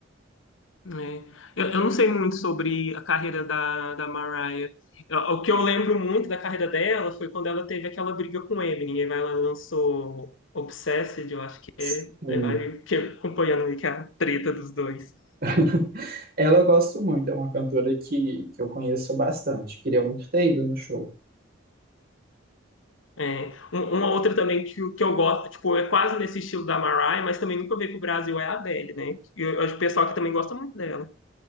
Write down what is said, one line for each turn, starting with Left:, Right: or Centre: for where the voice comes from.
Left: né, Eu, eu não sei muito sobre a carreira da, da Mariah. Eu- o que eu lembro muito da carreira dela foi quando ela teve aquela briga com o Eminem. E aí ela lançou Obsessed, eu acho que
Right: Sim.
Left: é. Aí Vai que acompanhando ali que é a treta dos dois.
Right: <laughs> Ela eu gosto muito, é uma cantora que, que eu conheço bastante. Queria muito ter ido no show.
Left: É. Um- Uma outra também que, eu- que eu gosto, tipo, é quase nesse estilo da Mariah, mas também nunca veio pro Brasil, é a Adele, né? E eu, eu acho que o pessoal aqui também gosta muito dela.